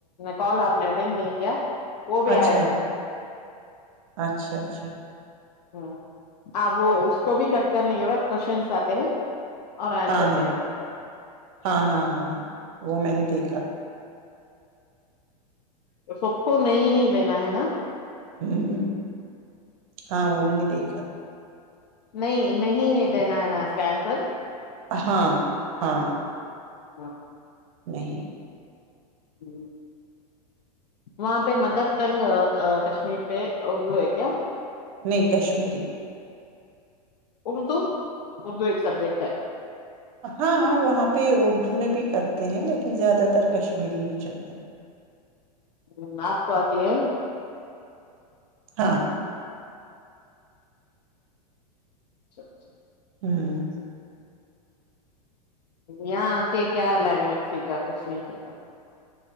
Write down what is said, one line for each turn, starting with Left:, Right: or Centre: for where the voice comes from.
Left: کال آپ نے اٹینڈ نہیں کیا وہ بھی
Right: اچھا
Left: ایڈ ہے
Right: اچھا اچھا
Left: ہ آ وہ اس کو بھی کٹ کرنے کے بعد کوشنس آتے ہیں اور آنسر
Right: ہاں ہاں
Left: دینا پڑتا
Right: ہاں ہاں ہاں ہاں وہ میں نے دیکھا
Left: ہ سب کو نہیں ہی دینا ہے نا
Right: ہوں ہاں وہ میں نے دیکھا
Left: نہیں نہیں ہی دینا ہے نا اس کینسل
Right: ہاں ہاں
Left: ہاں
Right: نہیں
Left: ہی وہاں پہ مدر ٹنگ کشمیر پہ اردو ہے کیا
Right: نہیں کشمیری
Left: اردو اردو ایک سبجیکٹ ہے
Right: ہاں وہاں پہ اردو میں بھی کرتے ہیں لیکن زیادہ تر کشمیری ہی چلتا ہے
Left: ہ آپ کوتی ہے
Right: ہاں
Left: اچھا اچھا
Right: ہوں
Left: یہاں کے کیا لینگویج سیکھا کچھ نہیں سیکھا